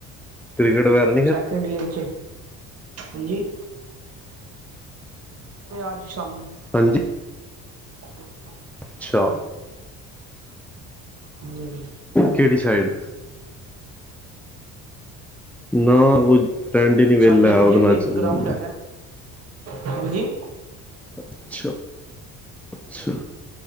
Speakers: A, in the centre; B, on the right (about 45°).
A: ਕਿਕ੍ਰਟ ਵੈਗਰਾ
B: ਸੈਕਿੰਡ ਏਅਰ ਚ, ਹਾਂਜੀ। ਤੇ ਅੱਜ ਸ਼ਾਮੀ।
A: ਹਾਂਜੀ।
B: <inaudible>
A: ਅੱਛਾ।
B: ਹਾਂਜੀ- ਹਾਂਜੀ।
A: ਕਿਹੜੀ ਸਾਈਡ? ਨਾ ਕੋਈ ਫਰੈਂਡ ਹੀ ਨਹੀਂ ਵਿਹਲਾ
B: ਸਾਡੇ ਇੱਧਰ
A: ਉਹਦੇ
B: ਹੀ ਹੈਗੇ
A: ਨਾਲ ਚੱਲ
B: ਇੱਕ ਗਰਾਊਂਡ
A: ਜਾਂਦਾ
B: ਹੈਗਾ। ਹਾਂਜੀ। <inaudible>
A: ਅੱਛਾ ਅੱਛਾ